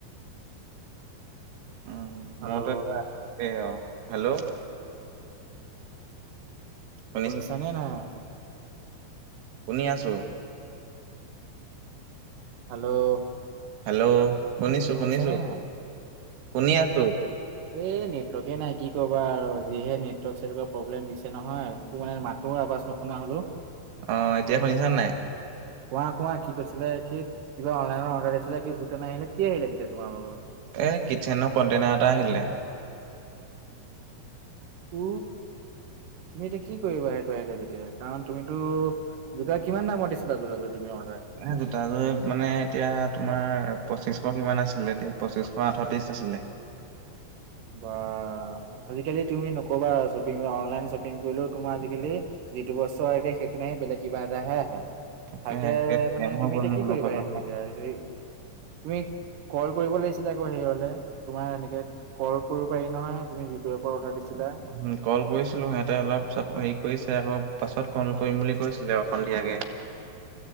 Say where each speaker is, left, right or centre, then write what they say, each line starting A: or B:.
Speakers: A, on the right; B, on the right.
A: উ
B: হেল্ল'
A: মইতো একেবাৰে অঁ, হেল্ল'। <inaudible>
B: শুনিছা নে নাই?
A: শুনি আছোঁ।
B: হেল্ল',
A: হেল্ল', শুনিছোঁ-
B: শুনিছানে
A: শুনিছোঁ
B: নাই
A: শুনি আছোঁ।
B: এ নেটৱৰ্কে নাই কি কবা আৰু যিহে নেটৱৰ্ক চেতৱৰ্কৰ প্ৰব্লেম দিছে নহয় একো মানে মাত তোৰ আবাচ নোশুনা হ'লো।
A: অ, এতিয়া শুনিছা নাই?
B: কোৱা -কোৱা কি কৈছিলা <unintelligible> কি কিবা অনলাইনৰ অৰ্ডাৰ দিছিলে কি জোতা নাহিলে কি আহিলে তেতিয়া তোমাৰ <unintelligible>
A: এ কিটচেনৰ কণ্টেইনাৰ এটা আহিলে।
B: উ, তুমি এতিয়া কি কৰিবা সেইটো আহিলে তেতিয়া কাৰণ তুমিতো জোতা কিমান দামত দিছিলা জোতাতো তুমি অৰ্ডাৰ।
A: এ জোতাযোৰ মানে এতিয়া তোমাৰ পঁচিছশ কিমান আছিলে দে পঁচিছশ আঠ ত্ৰিছ আছিলে।
B: বা আজিকালি তুমি নকবা আৰু চব অনলাইন শ্বপিং কৰিলেও তোমাৰ আজাকালি যিটো বস্তু অৰ্ডাৰ দিয়ে সেইটো নাহি বেলেগ কিবা এটাহে আহে।
A: তাকে
B: ভালকে
A: একে স্কেম
B: মানে
A: হৈ
B: তুমি
A: গ'ল
B: এতিয়া
A: মোৰ
B: কি
A: লগত
B: কৰিবা
A: নহয়
B: এইটো এতিয়া এৰি তুমি ক'ল কৰিব লাগিছিলে আকৌ সেয়লে তোমাৰ এনেকে ক'ল কৰিব পাৰি নহয় তুমি যিটো এপত অৰ্ডাৰ দিছিলা।
A: হম, ক'ল কৰিছিলো সিহঁতে অলপ চলপ হেৰি কৰিছে আকৌ পাছত ক'ল কৰিম বুলি কৈছিলে অ, সন্ধিয়াকে।